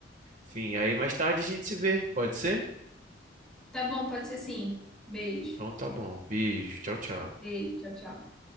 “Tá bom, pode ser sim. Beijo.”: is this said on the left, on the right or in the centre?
Centre